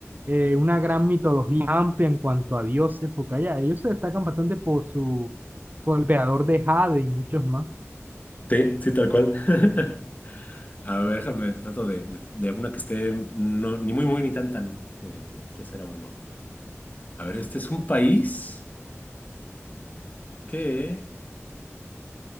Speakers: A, on the right; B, on the left.
A: eh, una gran mitología amplia en cuanto a dioses, porque allá ellos se destacan bastante por su, por el creador de Jade y muchos más.
B: sí, sí, tal cual. <laughs> A ver, déjame, trato de, de, de una que esté no, ni muy, muy, ni tan, tan. Eh, ¿qué será bueno? A ver, este es un país que...